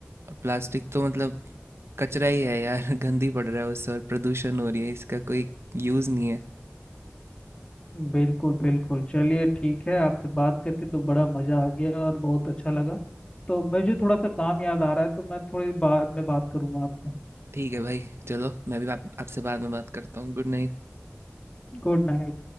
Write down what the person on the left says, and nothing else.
बिल्कुल बिल्कुल चलिए ठीक है आपसे बात करके तो बड़ा मज़ा आ गया और बहुत अच्छा लगा तो मुझे थोड़ा सा काम याद आ रहा है तो मैं थोड़ी बाद में बात करूंगा आपसे
Good night